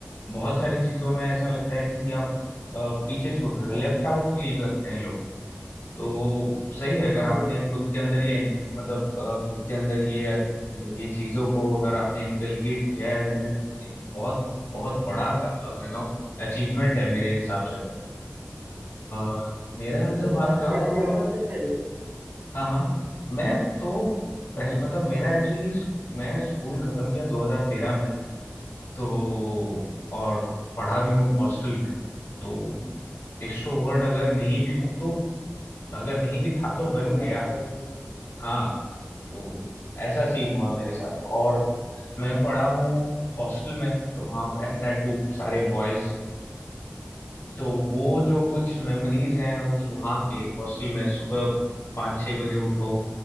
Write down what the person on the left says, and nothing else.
बहुत सारी चीजों में ऐसा लगता है कि आप अ, पीछे छूट रहे हो लेफ्ट आउट फील करते हैं लोग तो सही है अगर
आपने
खुद
के अंदर ये मतलब अ, खुद के अंदर ये मतलब ये चीजों को अगर आपने इनकलकेट किया है मैंने एक बहुत बहुत बड़ा यू नो अचीवमेंट है मेरे हिसाब से तो अ, मेरा
अगर
बात करो
तो
हाँ हाँ मैं तो पहले
मतलब मेरा एक्चुअली मैं स्कूल खत्म किया 2013 में तो और पढ़ा भी हूँ हॉस्टल में तो एक्सट्रोवर्ट अगर नहीं भी हूँ तो अगर नहीं भी था तो बन
गया
हाँ तो ऐसा सीन हुआ मेरे साथ और मैं पढ़ा हूँ हॉस्टल में तो वहाँ एंड दैट टू सारे बॉयज तो वो जो कुछ मेमोरीज हैं उस वहाँ के हॉस्टल में सुबह पाँच छः बजे उठो